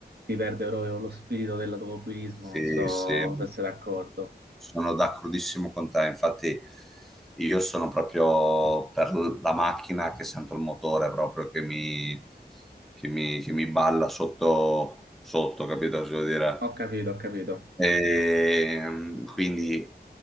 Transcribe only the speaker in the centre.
Sì,
sì,
sono d'accordissimo con te, infatti io sono proprio per la macchina che sento il motore proprio che mi, che mi- che mi balla sotto, sotto, capito cosa voglio dire?
Ehm, quindi